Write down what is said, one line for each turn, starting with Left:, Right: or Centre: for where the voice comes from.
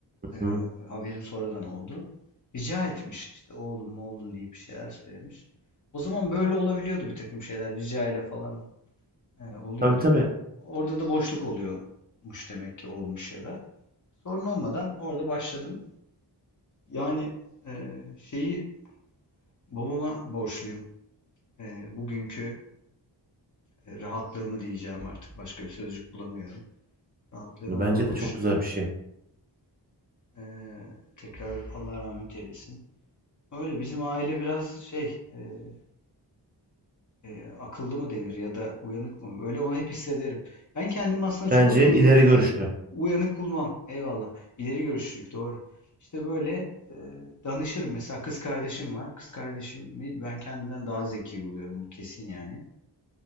Left: e,
Right: Hı.
Left: haberim sonradan oldu. Rica etmiş işte oğlum oğlum deyip bir şeyler söylemiş. O zaman böyle olabiliyordu bir takım şeyler rica ile falan e, oluyordu.
Right: Tabii tabii.
Left: Orada da boşluk oluyormuş demek ki olmuş ya da. Sorun olmadan orada başladım. Yani e, şeyi babama borçluyum. E, bugünkü e, rahatlığımı diyeceğim artık başka bir sözcük bulamıyorum. Rahatlığımı
Right: Bence
Left: ona borçluyum.
Right: de çok güzel bir şey.
Left: Eee, tekrar Allah rahmet eylesin. Öyle bizim aile biraz şey eee, eee, akıllı mı denir ya da uyanık mı? Öyle onu hep hissederim. Ben kendimi aslında çok
Right: Bence
Left: akıllı
Right: ileri
Left: ve u-
Right: görüşlü.
Left: uyanık bulmam. Eyvallah. İleri görüşlülük doğru. İşte böyle eee, danışırım. Mesela kız kardeşim var. Kız kardeşimi ben kendimden daha zeki buluyorum. Bu kesin yani.